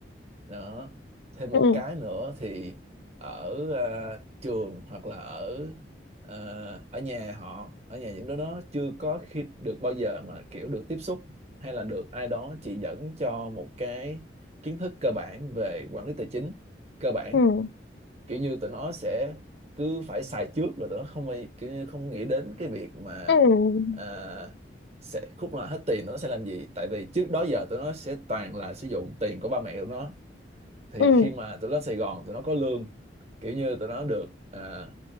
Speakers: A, on the right; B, on the left.
A: đó thêm một
B: ừ
A: cái nữa thì ở à, trường hoặc là ở à, ở nhà họ ở nhà những đứa nó chưa có khi được bao giờ mà kiểu được tiếp xúc hay là được ai đó chỉ dẫn cho một cái kiến thức cơ bản về quản lý tài chính cơ bản
B: ừ
A: kiểu như tụi nó sẽ cứ phải xài trước là tụi nó không kiểu như không nghĩ đến cái việc mà
B: ừ
A: à, sẽ khúc nào hết tiền nó sẽ làm gì tại vì trước đó giờ tụi nó sẽ toàn là sử dụng tiền của ba mẹ tụi nó thì
B: ừ
A: khi mà tụi nó lên Sài Gòn tụi nó có lương kiểu như tụi nó được à,